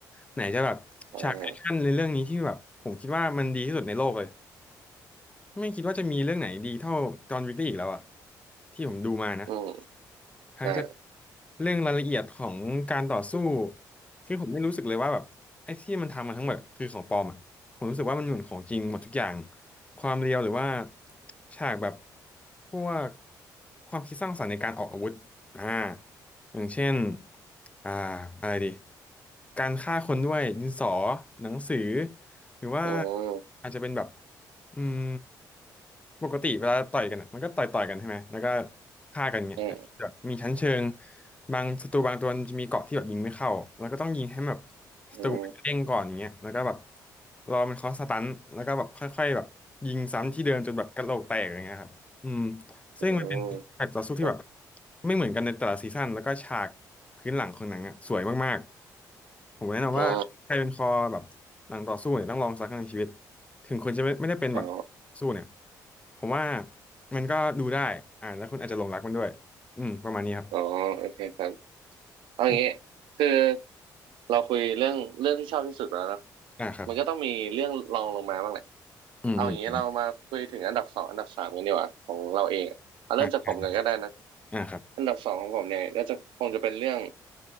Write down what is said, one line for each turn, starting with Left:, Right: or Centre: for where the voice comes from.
Left: ไหนจะแบบฉากแอคชั่นในเรื่องนี้ที่แบบผมคิดว่ามันดีที่สุดในโลกเลย
Right: อ่า
Left: ไม่คิดว่าจะมีเรื่องไหนดีเท่าจอห์นวิกได้อีกแล้วอ่ะที่ผมดูมานะ
Right: อืม
Left: ทั้งจะ
Right: อ่า
Left: เรื่องรายละเอียดของการต่อสู้คือผมไม่รู้สึกเลยว่าแบบไอ้ที่มันทำมาทั้งหมดคือของปลอมอ่ะผมรู้สึกว่ามันเหมือนของจริงหมดทุกอย่างความเรียวหรือว่าฉากแบบพวกความคิดสร้างสรรค์ในการออกอาวุธอ่าอย่างเช่นอ่าอะไรดีการฆ่าคนด้วยดินสอหนังสือหรือว่า
Right: อืม
Left: อาจจะเป็นแบบอืมปกติเวลาต่อยกันอ่ะมันก็ต่อยต่อยกันใช่ไหมแล้วก็ฆ่ากันเงี้ย
Right: อืม
Left: แบบมีชั้นเชิงบางศัตรูบางตัวมันจะมีเกราะที่แบบยิงไม่เข้าแล้วก็ต้องยิงให้แบบศัตรูมันเด้งก่อนอย่างเงี้ยแล้วก็แบบ
Right: อืม
Left: รอมันเคาะสตันแล้วก็แบบค่อยๆแบบยิงซ้ำที่เดิมจนแบบกระโหลกแตกอย่างเงี้ยครับอืมซึ่งมันเป็นแบบต่อสู้ที่แบบ
Right: อืมครับ
Left: ไม่เหมือนกันในแต่ละซีซั่นแล้วก็ฉากพื้นหลังของหนังอ่ะสวยมากๆผมแนะนำว่าใครเป็นคอแบบหนังต่อสู้เนี่ยต้องลองสักครั้งในชีวิต
Right: อ๋อ
Left: ถึงคุณจะไม่ไม่ได้เป็นแบบ
Right: อ๋อ
Left: สู้เนี่ยผมว่ามันก็ดูได้อ่าแล้วคุณอาจจะหลงรักมันด้วย อืมประมาณนี้ครับ
Right: อ๋อโอเคครับ เอางี้คือ
Left: อืม
Right: เราคุยเรื่องเรื่องที่ชอบที่สุดไปแล้วเนอะ
Left: อ่าครับ
Right: มันก็ต้องมีเรื่องรองลงมาบ้างแหละ
Left: อืมอืม
Right: เอาอย่างนี้เรามาคุยถึงอันดับสองอันดับสามกันดีกว่าของเราเองอะเอาเริ่มจากผมกันก็ได้นะ
Left: อ่าอ่าครับ
Right: อันดับสองของผมเนี่ยก็จะคงจะเป็นเรื่อง